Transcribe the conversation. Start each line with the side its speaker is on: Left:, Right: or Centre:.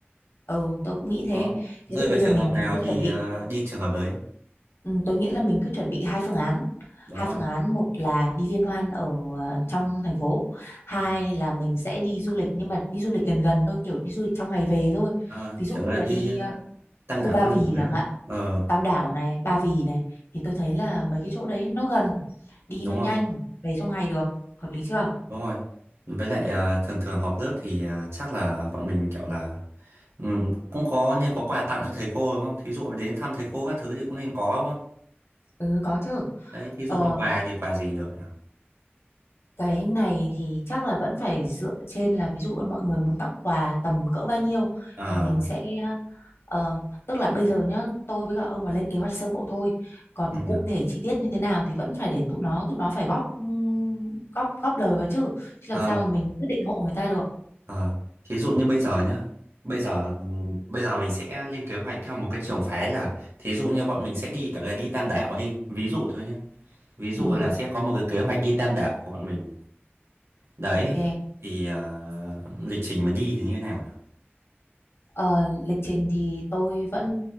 Left: Ừ, tôi cũng nghĩ thế.
Right: đó rơi
Left: Thế thì bây
Right: vào
Left: giờ
Right: trường
Left: mình
Right: hợp nào
Left: cứ
Right: thì
Left: chuẩn bị,
Right: ờ, đi trường hợp đấy
Left: ừ, tôi nghĩ là mình cứ chuẩn bị hai phương án.
Right: đúng
Left: Hai
Right: rồi
Left: phương án, một là đi liên hoan ở ờ, trong thành phố, hai là mình sẽ đi du lịch nhưng mà đi du lịch gần gần thôi, kiểu đi du lịch trong ngày về thôi.
Right: Ờ,
Left: Ví dụ
Right: kiểu
Left: như
Right: là
Left: là
Right: đi
Left: đi ờ,
Right: tam
Left: khu
Right: đảo
Left: Ba
Right: tam
Left: Vì
Right: đảo đấy
Left: chẳng
Right: không
Left: hạn,
Right: ờ
Left: Tam Đảo này, Ba Vì này thì tôi thấy là mấy cái chỗ đấy nó gần, đi
Right: đúng
Left: nó nhanh,
Right: rồi
Left: về trong ngày được, hợp lý chưa?
Right: Đúng rồi. Với lại à, thường thường họp lớp thì à, chắc là bọn mình kiểu là ừm, cũng có nên có quà tặng cho thầy cô đúng không? Thí dụ đến thăm thầy cô các thứ thì cũng nên có đúng không?
Left: Ừ, có chứ.
Right: Đấy, thí dụ
Left: Ờ,
Right: mà quà thì quà gì được nhỉ?
Left: Cái này thì chắc là vẫn phải dựa trên là ví dụ mọi người muốn tặng quà tầm cỡ bao nhiêu
Right: Ờ,
Left: thì mình sẽ ờ, tức là bây giờ nhá tôi với cả ông là lên kế hoạch sơ bộ thôi còn
Right: ừm,
Left: cụ thể chi tiết như thế nào thì vẫn phải để tụi nó tụi nó phải góp ừm, góp góp lời vào chứ chứ
Right: ờ,
Left: làm sao mà mình quyết định hộ người ta được
Right: ờ. Thí dụ như bây giờ nhá. Bây giờ ừm, bây giờ mình sẽ lên kế hoạch theo một cái trường phái là thí dụ như bọn mình sẽ đi kiểu là đi Tam Đảo đi, ví dụ thôi nhé. Ví dụ
Left: ừ
Right: là sẽ có một cái kế hoạch đi Tam Đảo của bọn mình. Đấy,
Left: ok
Right: thì à, lịch trình mà đi thì như thế nào nhỉ?
Left: Ờ, lịch trình thì tôi vẫn